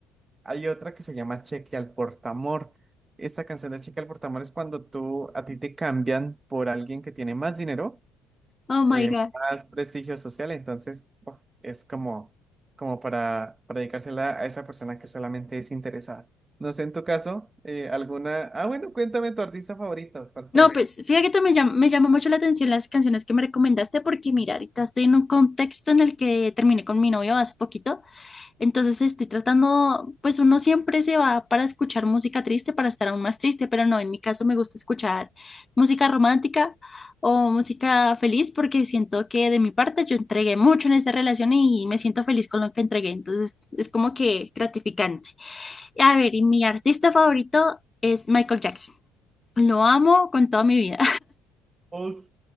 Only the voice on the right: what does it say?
Hay otra que se llama Cheque al Portamor. Esta canción de Cheque al Portamor es cuando tú a ti te cambian por alguien que tiene más dinero,
eh,
más prestigio social. Entonces, uf, es como, como para, para dedicársela a esa persona que solamente es interesada. No sé, en tu caso, eh, alguna. Ah, bueno, cuéntame tu artista favorito. ¿Cuál fue?
Ok,